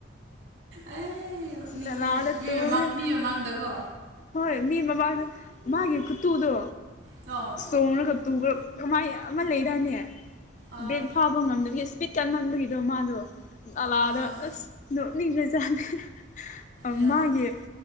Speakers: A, on the right; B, on the left.
A: ꯑꯩ ꯅꯣꯛꯅꯤꯡꯉꯦ
B: ꯅꯂꯥꯗ
A: ꯃꯤ
B: ꯇꯨꯔꯦ
A: ꯃꯃꯥꯡ ꯃꯤ ꯃꯃꯥꯡꯗꯀꯣ꯫
B: ꯍꯣꯏ ꯃꯤ ꯃꯃꯥꯡꯗ ꯃꯥꯒꯤ ꯈꯨꯠꯇꯨꯗꯣ꯫
A: ꯇꯣ꯫
B: ꯆꯣꯡꯔꯒ ꯇꯨꯕ ꯀꯃꯥꯏ ꯑꯃ ꯂꯩꯗꯥꯏꯅꯦ꯫
A: ꯑꯥ
B: ꯕ꯭ꯔꯦꯛ ꯐꯥꯕ ꯉꯝꯗꯕꯒꯤ ꯏꯁꯄꯤꯠ ꯀꯥꯟꯉꯝꯕꯒꯤꯗꯣ ꯃꯥꯗꯣ꯫ ꯅꯂꯥꯗ
A: ꯑꯥ ꯑꯥ
B: ꯑꯁ ꯅꯣꯛꯅꯤꯡ ꯈꯔꯥ ꯖꯠꯅꯤ꯫ ꯑ
A: ꯌꯥ
B: ꯃꯥꯒꯤ